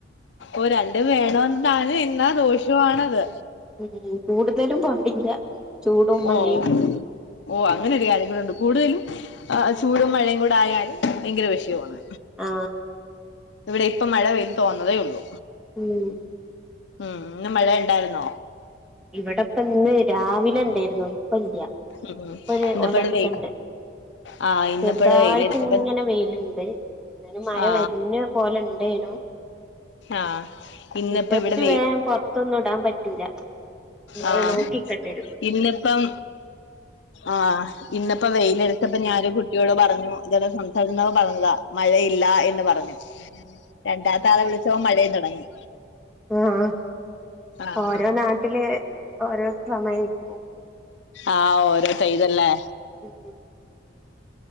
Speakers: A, on the left; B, in the centre.
A: ഓഹ് രണ്ടും വേണ മഴ എന്നാ ദോഷവാണത്
B: ഉം. കൂടുതലും പാടില്ല ചൂടും മഴയും
A: ഓഹ്. ഓഹ്. അങ്ങനൊരു കാര്യം കൂടണ്ട് കൂടുതലും ഏഹ് ചൂടും മഴയും കൂട ആയാല് ഭയങ്കര വിഷയവാണ്.
B: ആ
A: ഇവടെ ഇപ്പൊ മഴ പെയ്ത് തോന്നതേ ഉള്ളു!
B: ഉം.
A: ഉം. ഇന്ന് മഴ ഇണ്ടാര്ന്നോ?
B: ഇവിടെപ്പ ഇന്ന് രാവിലെ ഇണ്ടേര്ന്നു ഇപ്പ ഇല്ല്യ
A: ഉം
B: ഇപ്പൊ ഒര്
A: ഇന്നിപ്പടെ
B: ഒലർച്ചണ്ട്
A: വെയി ആ ഇന്നിപ്പടെ
B: ചെറുതായിട്ട്
A: വെയിലടിച്ചപ്പ
B: ഇങ്ങനെ വെയിലുണ്ട് അതിനും മഴ
A: ആ
B: വരഞ്ഞ പോലെ ഉണ്ടേനു
A: ആ ഇന്നിപ്പ
B: മുറ്റത്ത്
A: ഇവിടെ
B: വേ പൊറത്തൊന്നും ഇടാൻ പറ്റൂല! ഇങ്ങനെ
A: ആഹ്,
B: നോക്കിക്കണ്ടരും
A: ! ഇന്നിപ്പം ആഹ്! ഇന്നിപ്പോ വെയില് എടുത്തപ്പോ ഞാനൊ കുട്ടിയോട് പറഞ്ഞു ഇതോടെ സംസാരിക്കുന്നക്ക പറഞ്ഞതാ മഴയില്ല എന്ന് പറഞ്ഞു രണ്ടാമത്താളെ ആളെ വിളിച്ചപ്പോ മഴയും തുടങ്ങി
B: ആഹ്
A: ആഹ്
B: ഓരോ നാട്ടില് ഓരോ സമയക്കും
A: ആഹ് ഓരോ തയ്ലല്ലേ
B: ഉം.